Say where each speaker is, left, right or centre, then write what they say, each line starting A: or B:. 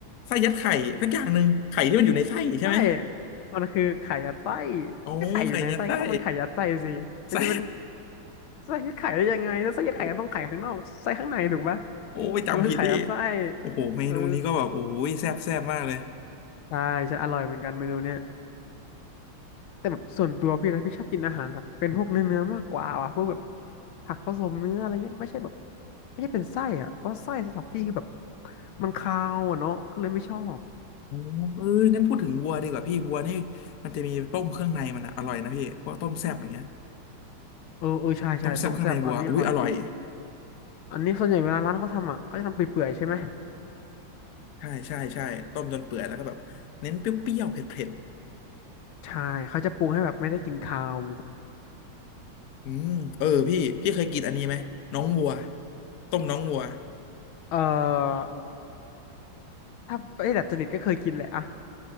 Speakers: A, on the left; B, on the left.
A: ไส้ยัดไข่สักอย่างหนึ่งไข่ที่มันอยู่ในไส้ใช่ไหม
B: ใช่มันคือไข่ยัดไส้
A: โอ้ไข่ยัดไส้
B: ก็ไข่อยู่ในไส้ก็ต้องเป็นไข่ยัดไส้สิ มันจะเป็น
A: ไส้
B: ไส้ยัดไข่ได้ยังไงแล้วไส้ยัดไข่ก็ต้องไข่ข้างนอกไส้ข้างในถูกปะ
A: โอ้ โอ้ไปจำผิดที่
B: แต่มันคือไข่ยัดไส้
A: โอ้โหเมนูนี้ก็แบบโอ้ยแซ่บแซ่บมากเลย
B: เออใช่จะอร่อยเหมือนกันเมนูเนี้ยแต่แบบส่วนตัวพี่นะพี่ชอบกินอาหารแบบเป็นพวกเนื้อเนื้อมากกว่าว่ะพวกแบบผักผสมเนื้ออะไรเงี้ยไม่ใช่แบบไม่ใช่เป็นไส้อะเพราะไส้สำหรับพี่คือแบบมันคาวอะเนาะก็เลยไม่ชอบ
A: โอ้เอองั้นพูดถึงวัวดีกว่าพี่วัวนี่มันจะมีต้มเครื่องในมันอะอร่อยนะพี่พวกต้มแซ่บอย่างเงี้ย
B: เออเออใช่ใช่ต้มแซ่บอันนี้อร่อยจริง
A: ต้มแซ่บเครื่องในวัวอุ้ยอร่อย
B: อันนี้ส่วนใหญ่เวลาร้านเขาทำอ่ะเขาจะทำเปื่อยๆใช่ไหม
A: ใช่ใช่ใช่ต้มจนเปื่อยแล้วก็แบบเน้นเปรี้ยวๆเผ็ด
B: ใช่เขาจะปรุงให้แบบไม่ได้กินคาว
A: ๆอืมเออพี่พี่เคยกินอันนี้ไหมน้องวัวต้มน้องวัว
B: เอ่อถ้าไอ้ดัดจริตก็เคยกินแหละอะ